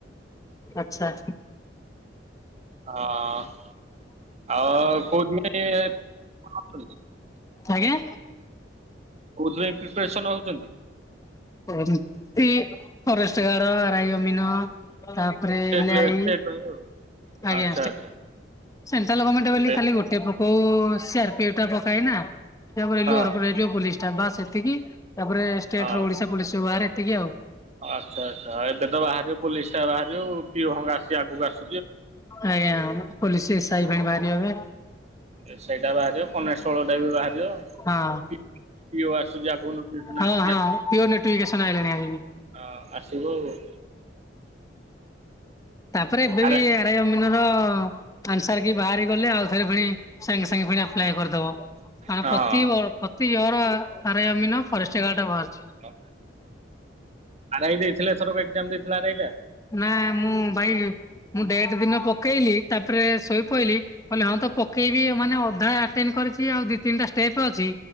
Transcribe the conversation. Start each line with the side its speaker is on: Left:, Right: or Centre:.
Left: ଆଚ୍ଛା।
Right: ହଁ ଆଉ କୋଉଦି <inaudible>
Left: ଆଜ୍ଞା।
Right: କୋଉଥିପାଇଁ ପ୍ରିପାରେସନ ହଉଛନ୍ତି
Left: <inaudible> ଏ ଫରେଷ୍ଟ ଗାର୍ଡ ରାଇ ଅମିନ ତାପରେ
Right: ଷ୍ଟେଟ୍
Left: ଲାଇ
Right: <unintelligible>
Left: ଆଜ୍ଞା
Right: ଆଚ୍ଛା ଆଚ୍ଛା
Left: ସେଣ୍ଟ୍ରାଲ ଗମେଣ୍ଟ ବୋଲି
Right: ଏ-
Left: ଖାଲି ଗୋଟେ ପ୍ର ଓ ସିଆର ପି ଟା ପକଏନା ସେ ଆମ ରେଲୱେର
Right: ହଁ
Left: ପୋଲିସଟା ବାସ୍ ଏତିକି ତାପରେ ଷ୍ଟେଟର
Right: ହଁ
Left: ଓଡିଶା ପୋଲିସ ବାହାରେ ଏତିକି ଆଉ
Right: ଆଚ୍ଛା ଆଚ୍ଛା ଏବେ ତ ବାହାରିବ ପୋଲିସଟା ବାହାରିବ ପିଓ ଭଙ୍ଗା ଆସିବ ଆଗକୁ ଆସ
Left: ଆଜ୍ଞା ପୋଲିସ ଏ ସାଇ ପାଇଁ ବାହାରିିବ ଏବେ।
Right: ଏ ସାଇ ଟା ବାହାରିବ କନଷ୍ଟେବଳଟା ବି ବାହାରିବ।
Left: ହଁ।
Right: ପିଓ ଆସୁଚି ଆଗକୁ ନୋଟିସ
Left: ହଁ ହଁ ପିଓର ନୋଟିଫିକେସନ
Right: <inaudible>
Left: ଆଇଲାଣି ଆଜି ବି।
Right: ଆ ଆସିବ ଆଉ।
Left: ତାପରେ ଏବେ
Right: ଆରେ
Left: ବି ଆରାଇ ଅମିନର ଆନ୍ସର କି ବାହାରିଗଲେ ଆଉ ଥରେ ପୁଣି ସାଙ୍ଗେ ସାଙ୍ଗେ ପୁଣି ଆପ୍ଲାଏ କରିଦବ କାରଣ
Right: ହଁ
Left: ପ୍ରତି ପ୍ରତି ଇଅର ଆରାଇ ଅମିନ ଫରେଷ୍ଟଗାର୍ଡରେ ବାହାରୁଛି।
Right: ଅ ଆରାଇ ଦେଇଥିଲେ ଏଥରକ ଏକ୍ସାମ ଦେଇଥିଲା ଆରାଇ ଟା
Left: ନା ମୁଁ ଭାଇ ମୁଁ ଡେଟ୍ ଦିନ ପକେଇଲି ତାପରେ ଶୋଇ ପଇଲି କହିଲି ହଁ ତ ପକେଇବି ମାନେ ଅଧା ଆପିଲ୍ କରିଛି ଆଉ ଦି ତିନିଟା ଷ୍ଟେପ୍ ଅଛି